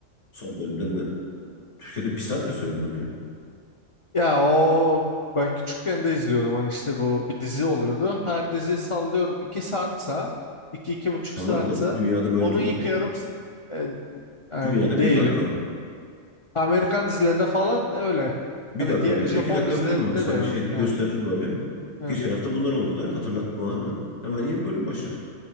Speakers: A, on the left; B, on the left.
A: Son bölümde ne? Türkiye'de bir saat gösteriyorlar onu ya.
B: Ya o ben küçükken de izliyordum hani işte bu bir dizi oluyordu. Her dizi sallıyorum 2 saatsa 2 iki buçuk
A: Tamam
B: saatsa
A: da dünyada böyle
B: onun
A: değil
B: ilk
A: ki.
B: yarım s- e, yani
A: Dünyada
B: değil.
A: bir dakika.
B: Amerikan dizilerinde falan öyle.
A: Bir
B: Hani
A: dakika
B: diye
A: verir,
B: Japon
A: iki dakika
B: dizilerinde
A: verir max. Hani
B: de yok
A: şey
B: yani.
A: gösterir böyle.
B: E, e.
A: Geçen hafta bunlar oldu der. Hatırlatma hemen. Hemen yeni bölüm başlar.